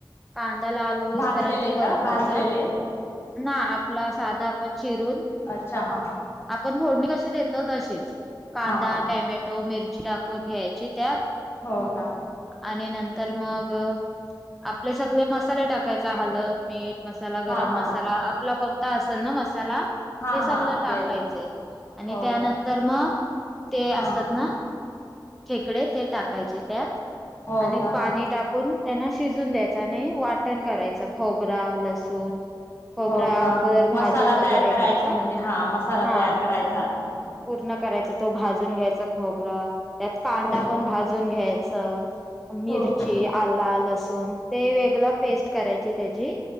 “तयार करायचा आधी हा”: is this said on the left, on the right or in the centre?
Left